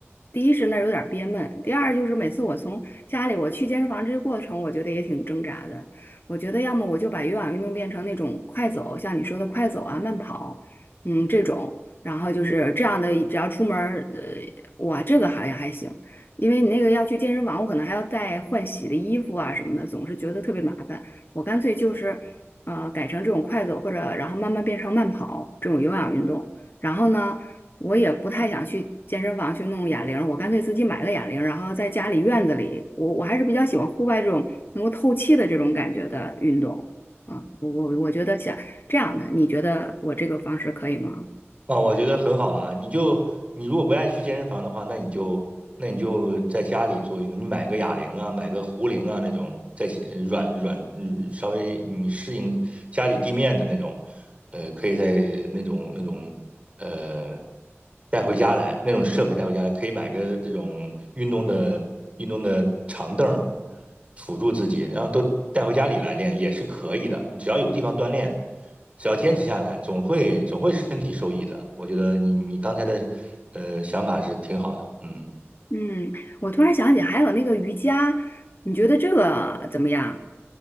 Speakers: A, on the left (about 50°); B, on the right (about 30°).
A: 第一是那儿有点儿憋闷，第二就是每次我从家里我去健身房这个过程，我觉得也挺挣扎的。我觉得要么我就把有氧运动变成那种快走，像你说的快走啊、慢跑，嗯这种，然后就是这样的，只要出门儿，呃，哇，这个好像还行。因为你那个要去健身房，我可能还要带换洗的衣服啊什么的，总是觉得特别麻烦。我干脆就是，呃，改成这种快走或者然后慢慢变成慢跑这种有氧运动。然后呢，我也不太想去健身房去弄哑铃，我干脆自己买了哑铃，然后在家里院子里，我我还是比较喜欢户外这种能够透气的这种感觉的运动。啊，我我我觉得想这样的，你觉得我这个方式可以吗？
B: 啊，我觉得很好啊。你就你如果不爱去健身房的话，那你就那你就在家里做运动，你买个哑铃啊，买个壶铃啊那种，在其，软软嗯稍微你适应家里地面的那种，呃，可以在呃那种那种呃带回家来，那种设备带回家来，可以买个这种运动的运动的长凳儿辅助自己，然后都带回家里来练也是可以的。你只要有地方锻炼。只要坚持下来，总会总会身体受益的。我觉得你你刚才的呃想法是挺好的，嗯。
A: 嗯，我突然想起还有那个瑜伽，你觉得这个怎么样？